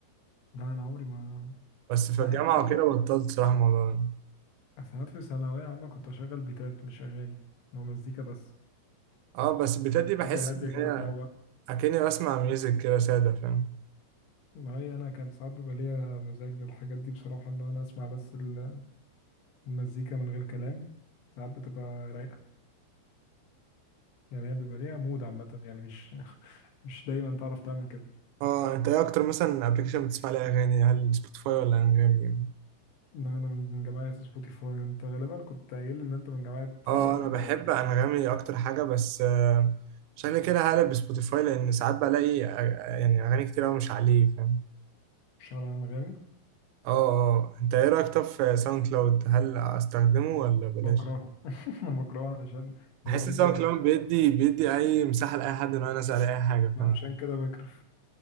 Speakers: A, on the left (about 70°); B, on the right (about 80°).
A: لا انا عمري ما
B: بس في
A: ساعات
B: الجامعه
A: تصدق
B: وكده بطلت صراحه الموضوع ده.
A: ساعات في ثانويه عامه كنت اشغل بيتات مش اغاني لو مزيكا بس
B: اه بس بتاعت
A: مزيكا
B: دي بحس
A: هاديه
B: ان
A: كده
B: هي
A: تروق
B: اكني بسمع ميوزك كده ساده فاهم
A: ما هي انا كان ساعات بيبقى ليا مزاج للحاجات دي بصراحه ان انا اسمع بس ال- المزيكا من غير كلام ساعات بتبقى رايقه يعني هي بيبقى ليها مود عامه يعني مش <laughs> مش دايما تعرف تعمل كده
B: اه انت ايه اكتر مثلا ابلكيشن بتسمع عليه اغاني هل سبوتيفاي ولا انغامي
A: ان انا من جماعه سبوتيفاي انت غالبا كنت قايل لي ان انت من جماعه
B: اه
A: آه،
B: انا
A: انغامي
B: بحب انغامي اكتر حاجه بس آه، عشان كده هقلب سبوتيفاي لان ساعات بلاقي أ- يعني اغاني كتير أوي مش عليه فاهم
A: شعر أنغامي
B: اه اه انت ايه رايك طب في ساوند كلاود هل استخدمه ولا بلاش
A: بكرهه <laughs> أنا بكرهه علشان
B: بحس
A: هو مدي
B: ان ساوند كلاود بيدي بيدي اي مساحه لاي حد ان هو ينزل عليه اي حاجه
A: ما
B: فاهم
A: عشان كده بكرف